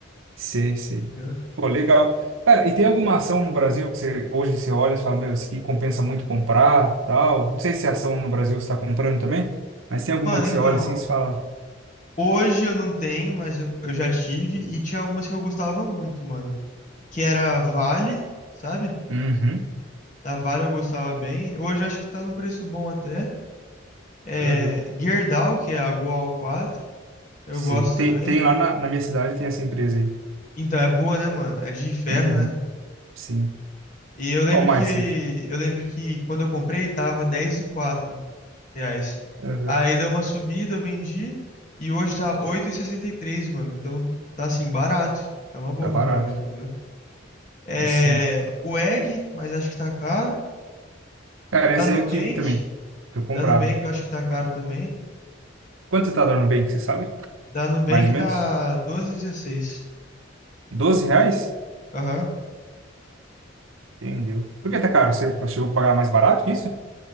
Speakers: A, on the right; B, on the left.
A: Sei, sei.
B: né?
A: Pô, legal. Cara, e tem alguma ação no Brasil que você hoje você olha e fala, meu, isso aqui compensa muito comprar, tal? Não sei se é ação no Brasil você está comprando também, mas tem alguma
B: Mano,
A: que
B: então,
A: você olha assim e você fala,
B: hoje eu não tenho, mas eu, eu já tive e tinha algumas que eu gostava muito, mano. Que era a Vale, sabe?
A: uhum,
B: Da Vale eu gostava bem. Hoje eu acho que tá num preço bom até. É,
A: uhum,
B: Gerdau, que é a Goal 4, eu
A: sei.
B: gosto
A: Tem,
B: também.
A: tem lá na, na minha cidade, tem essa empresa aí.
B: Então, é boa, né, mano? É de ferro,
A: Uhum,
B: né?
A: sim.
B: E eu lembro
A: Qual mais
B: que
A: você?
B: eu lembro que quando eu comprei tava dez e quatro. reais.
A: Uhum,
B: Aí deu uma subida, eu vendi. E hoje tá oito e e sessenta e três, mano. Então tá assim, barato. É uma boa
A: tá barato.
B: comprar hoje, entendeu? É,
A: É, Sim.
B: o Egg, mas acho que tá caro.
A: Cara, essa
B: Da Nubank.
A: aí eu tive também. Eu comprava.
B: Da Nubank eu acho que tá caro também.
A: Quanto tá dando bem, que você sabe?
B: Da Nubank
A: Mais ou
B: tá
A: menos?
B: doze e dezesseis.
A: doze reais?
B: Aham.
A: Entendeu. Por que tá caro? Você chegou a pagar mais barato que isso?